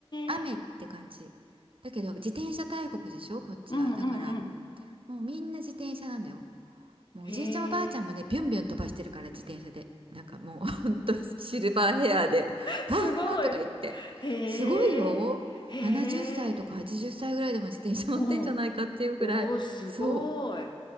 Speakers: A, on the right; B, on the left.
A: 雨って感じ。
B: え。
A: だけど自転車大国でしょ、こっちは。
B: うんうんうん。
A: だからもうみんな自転車なのよ。もうおじいちゃんおばあちゃんもね、
B: へえ、
A: ビュンビュン飛ばしてるから自転車で。なんかもうほんとシルバーヘアで、バーンとか言って。
B: すごい。へえ、
A: すごいよ。
B: へえ、
A: 70歳とか80歳ぐらいでも自転車乗ってんじゃないかっていうくらい。
B: おうおう、すごい。
A: そう。